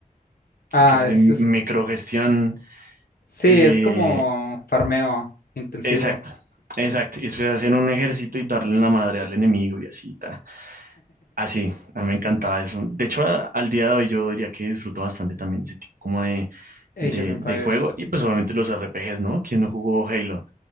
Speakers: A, on the left (about 75°); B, on the right (about 65°).
A: Ah,
B: que es
A: es,
B: de microgestión.
A: es- sí,
B: eh,
A: es como farmeo intensivo.
B: exacto, exacto. Y después hacer un ejército y darle en la madre al enemigo y así. Ta. Así, a mí me encantaba eso. De hecho, a- al día de hoy yo diría que disfruto bastante también ese tipo como de,
A: Age
B: de,
A: of Empires.
B: de juego y pues obviamente los RPGs, ¿no? ¿Quién no jugó Halo?